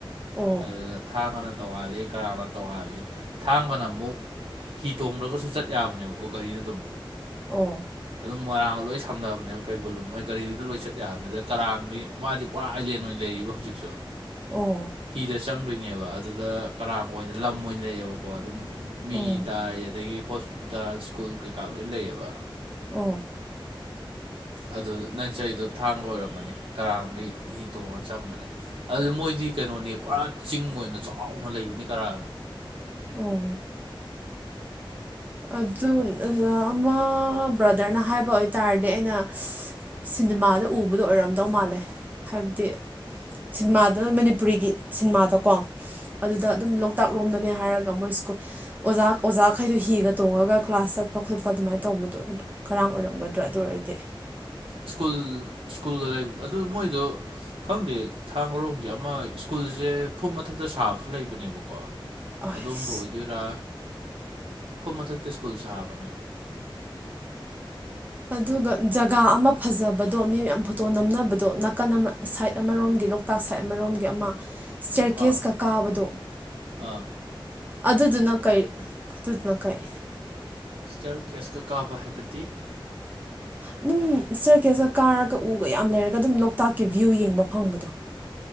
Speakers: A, on the right; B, on the right.
A: ꯑꯣ
B: ꯑꯗꯨꯗ ꯊꯥꯡꯒꯅ ꯇꯣꯡꯉꯥꯜꯂꯤ ꯀꯔꯥꯡꯅ ꯇꯣꯡꯉꯥꯜꯂꯤ ꯊꯥꯡꯒꯅ ꯑꯃꯨꯛ ꯍꯤ ꯇꯣꯡꯗ꯭ꯔꯒꯁꯨ ꯆꯠ ꯌꯥꯕꯅꯦꯕꯀꯣ ꯒꯥꯔꯤꯗ ꯑꯗꯨꯝ
A: ꯑꯣ
B: ꯑꯗꯨꯝ ꯃꯣꯏꯔꯥꯡꯒ ꯂꯣꯏ ꯁꯝꯅꯕꯅꯦꯕ ꯀꯩꯕꯨꯜ ꯂꯨꯝ ꯃꯣꯏ ꯒꯥꯔꯤꯗꯨꯗ ꯂꯣꯏ ꯆꯠ ꯌꯥꯕꯅꯤ ꯑꯗ ꯀꯔꯥꯡꯒꯤ ꯃꯥꯗꯤ ꯄꯨꯔꯥ ꯑꯥꯏꯂꯦꯟ ꯑꯣꯏꯅ ꯂꯩꯔꯤꯕ ꯍꯧꯖꯤꯛꯁꯨ
A: ꯑꯣ
B: ꯍꯤꯗ ꯆꯪꯗꯣꯏꯅꯦꯕ ꯑꯗꯨꯗ ꯀꯅꯥꯒ ꯑꯣꯏꯅ ꯂꯝ ꯑꯣꯏꯅ ꯂꯩꯑꯦꯕꯀꯣ ꯑꯗꯨꯝ ꯃꯤ
A: ꯑꯣ
B: ꯇꯥꯏ ꯑꯗꯒꯤ ꯍꯣꯁꯄꯤꯇꯥꯜ ꯁ꯭ꯀꯨꯜ ꯀꯩꯀꯥ ꯂꯣꯏ ꯂꯩꯌꯦꯕ
A: ꯑꯣ
B: ꯑꯗꯨ ꯅꯪ ꯆꯩꯗꯣ ꯊꯥꯡꯒ ꯑꯣꯏꯔꯝꯃꯅꯤ ꯀꯔꯥꯡꯗꯒꯤꯩ ꯍꯤ ꯇꯣꯡꯉꯒ ꯆꯝꯕꯅꯦ ꯑꯗꯨ ꯃꯣꯏꯗꯤ ꯀꯩꯅꯣꯅꯦ ꯄꯨꯔꯥ ꯆꯤꯡ ꯑꯣꯏꯅ ꯆꯥꯎꯅ ꯂꯩꯕꯅꯦ ꯀꯔꯥ
A: ꯑꯣ ꯑꯗꯨ ꯑꯃ ꯕ꯭ꯔꯗꯔꯅ ꯍꯥꯏꯕ ꯑꯣꯏꯇꯥꯔꯗꯤ ꯑꯩꯅ ꯁꯤꯅꯦꯃꯥꯗ ꯎꯕꯗꯣ ꯑꯣꯏꯔꯝꯗꯧ ꯃꯥꯜꯂꯦ ꯍꯥꯏꯕꯗꯤ ꯁꯤꯅꯦꯃꯥꯗ ꯃꯅꯤꯄꯨꯔꯤꯒꯤ ꯁꯤꯅꯦꯃꯥꯗꯣ ꯀꯣ ꯑꯗꯨꯗ ꯑꯗꯨꯝ ꯂꯣꯛꯇꯥꯛ ꯂꯣꯝꯗꯅꯦ ꯍꯥꯏꯔꯒ ꯃꯣꯏ ꯁ꯭ꯀꯨꯜ ꯑꯣꯖꯥ ꯑꯣꯖꯥꯈꯩꯗꯣ ꯍꯤꯒꯗ ꯇꯣꯡꯉꯒ ꯀ꯭ꯂꯥꯁ ꯆꯠꯄ ꯈꯣꯠꯄ ꯑꯗꯨꯃꯥꯏꯅ ꯇꯧꯕꯗꯣ ꯑꯗꯨ ꯀꯔꯥꯡ ꯑꯣꯏꯔꯝꯒꯗ꯭ꯔꯥ ꯑꯗꯨ ꯑꯣꯏꯔꯗꯤ
B: ꯁ꯭ꯀꯨꯜ ꯁ꯭ꯀꯨꯜꯒ ꯂꯩꯕꯗꯣ ꯑꯗꯨ ꯃꯣꯏꯗꯨ ꯈꯪꯗꯦ ꯊꯥ ꯃꯔꯣꯡꯁꯦ ꯑꯃ ꯁ꯭ꯀꯨꯜꯁꯦ ꯐꯨꯝ ꯃꯊꯛꯇ ꯁꯥꯕꯁꯨ ꯂꯩꯕꯅꯦꯕꯀꯣ
A: ꯑꯁ
B: ꯑꯗꯣꯝꯗ ꯑꯣꯏꯗꯣꯏꯔꯥ ꯐꯨꯝ ꯃꯊꯛꯇ ꯁ꯭ꯀꯨꯜ ꯁꯥꯕꯅꯦ
A: ꯑꯗꯨꯒ ꯖꯒꯥ ꯑꯃ ꯐꯖꯕꯗꯣ ꯃꯤ ꯃꯌꯥꯝ ꯐꯣꯇꯣ ꯅꯝꯅꯕꯗꯣ ꯅꯥꯀꯟ ꯑꯃ ꯁꯥꯏꯠ ꯑꯃꯔꯣꯝꯒꯤ ꯂꯧ ꯂꯣꯛꯇꯥꯛ ꯁꯥꯏꯠ ꯑꯃꯔꯣꯝꯒꯤ ꯑꯃ ꯆꯔꯀꯦꯁꯀ
B: ꯑꯥ
A: ꯀꯥꯕꯗꯣ
B: ꯑꯥ
A: ꯑꯗꯨꯗꯨꯅ ꯀꯩ ꯑꯗꯨꯗꯨꯅ ꯀꯩ
B: ꯁꯇꯤꯌꯥꯔ ꯀꯦꯁꯀ ꯀꯥꯕ ꯍꯥꯏꯕꯗꯤ
A: ꯑꯗꯨꯝ ꯆꯔꯀꯦꯁ ꯀꯥꯔꯒ ꯎꯒ ꯌꯥꯝ ꯂꯩꯔꯒ ꯑꯗꯨꯝ ꯂꯣꯛꯇꯥꯛꯀꯤ ꯚ꯭ꯌꯨ ꯌꯦꯡꯕ ꯐꯪꯕꯗꯣ